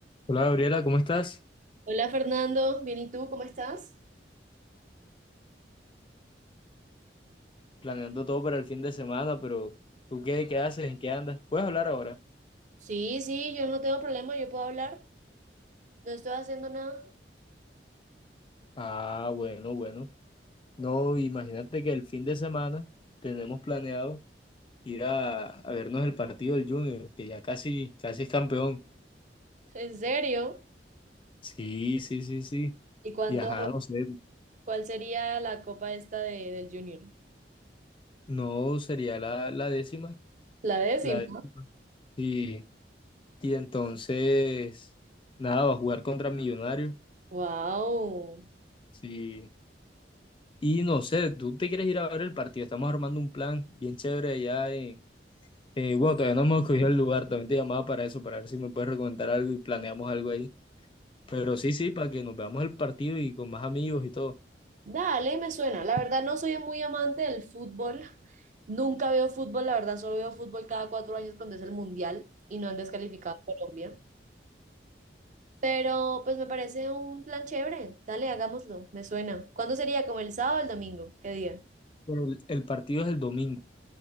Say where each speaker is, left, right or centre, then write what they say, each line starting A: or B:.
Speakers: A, on the left; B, on the right.
A: Hola Gabriela, ¿cómo estás?
B: Hola Fernando, bien, ¿y tú cómo estás?
A: Planeando todo para el fin de semana, pero ¿tú qué, qué haces? ¿En qué andas? ¿Puedes hablar ahora?
B: Sí, sí, yo no tengo problema, yo puedo hablar, no estoy haciendo nada.
A: Ah, bueno, bueno. No, imagínate que el fin de semana tenemos planeado ir a, a vernos el partido del Junior, que ya casi, casi es campeón.
B: <laughs> ¿En serio?
A: Sí, sí, sí, sí.
B: ¿Y cuánto,
A: Y ajá, no sé,
B: cuál sería la copa esta de, del Junior?
A: no sería la, la décima,
B: La décima.
A: la décima. Sí. Y entonces, nada, va a jugar contra Millonarios.
B: Wow.
A: Sí. Y no sé, tú te quieres ir a ver el partido. Estamos armando un plan bien chévere allá en. eh, bueno, todavía no hemos cogido el lugar. También te llamaba para eso, para ver si me puedes recomendar algo y planeamos algo ahí. Pero sí, sí, para que nos veamos el partido y con más amigos y todo.
B: Dale, me suena. La verdad no soy muy amante del fútbol. <laughs> Nunca veo fútbol, la verdad solo veo fútbol cada cuatro años cuando es el mundial y no han descalificado a Colombia. Pero pues me parece un plan chévere. Dale, hagámoslo, me suena. ¿Cuándo sería? ¿Como el sábado o el domingo? ¿Qué día?
A: Pero el, el partido es el domingo,